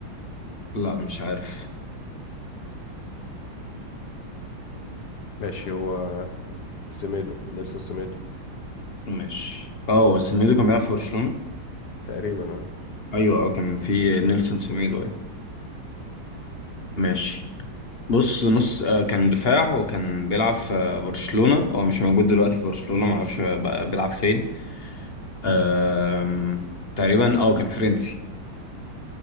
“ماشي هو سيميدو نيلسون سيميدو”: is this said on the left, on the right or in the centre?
Left